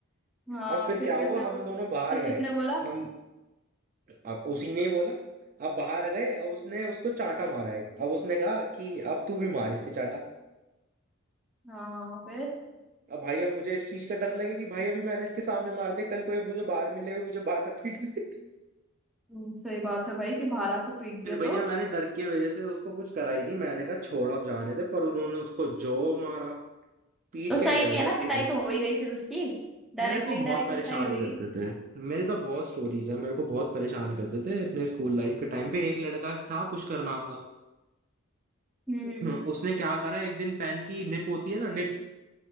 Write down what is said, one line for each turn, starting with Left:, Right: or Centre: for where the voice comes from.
Centre: हाँ
Right: अब फिर
Centre: फिर
Right: क्या हुआ
Centre: कैसे
Right: हम
Centre: हो
Right: दोनों बाहर
Centre: फिर किसने
Right: गए
Centre: बोला
Right: हम अब उसी ने ही बोला अब बाहर आ गए अब उसने उसको चांटा मारा है अब उसने कहा कि अब तू भी मार इसके चांटा
Centre: हाँ फिर
Right: अब भाई अब मुझे इस चीज का डर लगे कि भाई अभी मैंने इसके सामने मार दे कल कोई मुझे बाहर मिलेगा मुझे बाहर ना पीट दे
Centre: हम्म, सही बात है भाई कि बाहर आके
Right: <laughs>
Centre: पीट दिया
Right: फिर भैया
Centre: तो
Right: मैंने डर की वजह से उसको कुछ करा ही नहीं मैंने कहा छोड़ अब जाने दे पर उन्होंने उसको जो मारा पीट
Centre: तो सही
Right: के घर भेजा
Centre: है ना
Right: अच्छे
Centre: पिटाई
Right: से
Centre: तो हो ही गई फिर उसकी डायरेक्टली
Right: मेरे को बहुत
Centre: इनडायरेक्टली
Right: परेशान
Centre: पिटाई होगी
Right: करते थे मेरी तो बहुत स्टोरीज है मेरे को बहुत परेशान करते थे अपने स्कूल लाइफ के टाइम पे एक लड़का था पुष्कर नाम का
Centre: हम्म
Right: <laughs> उसने क्या करा एक दिन पेन की निप होती है ना निप